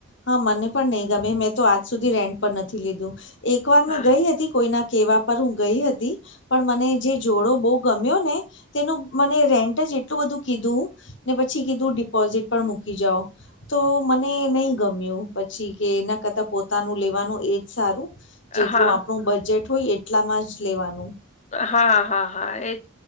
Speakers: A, on the left (about 60°); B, on the left (about 35°).
A: હા મને પણ નહી ગમે મેં તો આજ સુધી રેન્ટ પર નથી લીધું એક વાર
B: હા
A: મેં ગઈ હતી કોઈના કેવા પર હું ગઈ હતી પણ મને જે જોડો બહુ ગમ્યો ને તેનું મને રેન્ટ જ એટલું બધું કીધું ને પછી કીધું ડિપોઝિટ પણ મૂકી જાઓ તો મને નહી ગમ્યું પછી કે એના કરતા પોતાનું લેવાનું એજ સારું જેટલું
B: હા
A: આપણું બજેટ હોય એટલામાં જ લેવાનું
B: હા હા હા એજ